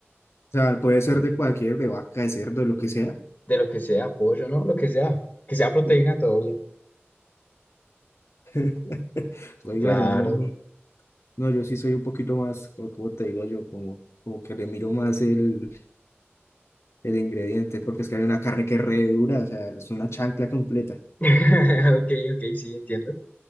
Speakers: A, on the left; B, on the left.
A: sea, puede ser de cualquier, de vaca, de cerdo, de lo que sea.
B: De lo que sea, pollo, ¿no? Lo que sea. Que sea proteína,
A: Oh.
B: todo bien.
A: <laughs> Oiga,
B: Claro.
A: yo no, no, yo sí soy un poquito más, co- como te digo yo, como, como que le miro más el el ingrediente, porque es que hay una carne que es re dura, o sea, es una chancla completa.
B: <laughs> Ok, ok, sí, entiendo.